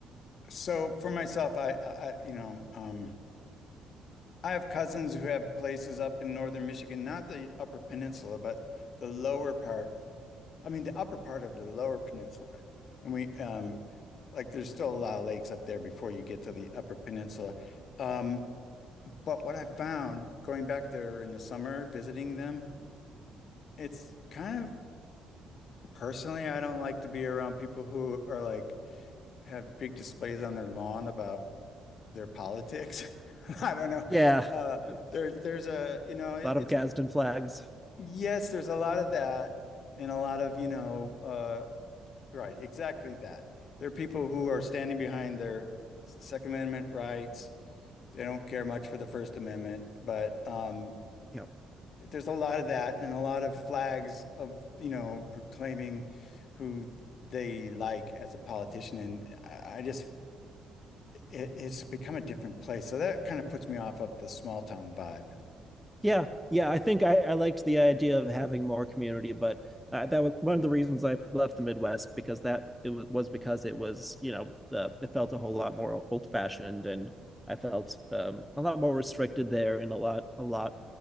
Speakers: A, on the left; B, in the centre.
A: So for myself, I, I, I- you know, um, I have cousins who have places up in northern Michigan, not the Upper Peninsula, but the lower part. I mean, the upper part of the Lower Peninsula, and we, um, like, there's still a lot of lakes up there before you get to the Upper Peninsula. Um, but what I found going back there in the summer, visiting them. It's kind of personally, I don't like to be around people who are like have big displays on their lawn about their politics. <laughs> I don't know.
B: Yeah,
A: Uh,
B: a
A: there, there's a, you know, it,
B: lot
A: it's
B: of Gadsden flags.
A: yes, there's a lot of that and a lot of, you know, uh, right, exactly that. There are people who are standing behind their Second Amendment rights. They don't care much for the First Amendment, but um,
B: Yeah,
A: there's a lot of that and a lot of flags of, you know, proclaiming who they like as a politician. And I, I just, it, it's become a different place. So that kind of puts me off of the small town vibe.
B: Yeah, yeah, I think I, I liked the idea of having more community, but uh, that was one of the reasons I left the Midwest because that it w was because it was, you know, uh, it felt a whole lot more old-fashioned, and I felt um, a lot more restricted there, and a lot, a lot